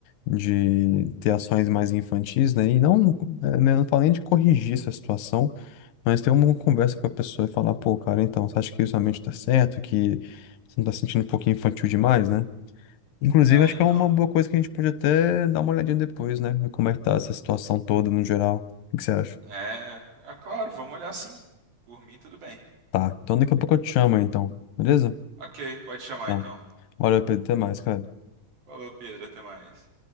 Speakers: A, on the left; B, on the right.
A: de ter ações mais infantis, né, e não, eh, né, não falo nem de corrigir essa situação, mas ter uma conversa com a pessoa e falar, pô, cara, então, você acha que isso realmente tá certo, que você não tá se sentindo um pouquinho infantil demais, né? Inclusive,
B: É,
A: acho
B: então.
A: que é uma boa coisa que a gente pode até dar uma olhadinha depois, né? Ver como é que tá essa situação toda no geral. O que que você acha?
B: É, é claro, vamos olhar sim. Por mim, tudo bem.
A: Tá, então daqui a pouco eu te chamo, então. Beleza?
B: Ok, pode chamar
A: Tá.
B: então.
A: Valeu, Pedro. Até mais, cara.
B: Falou, Pedro, até mais.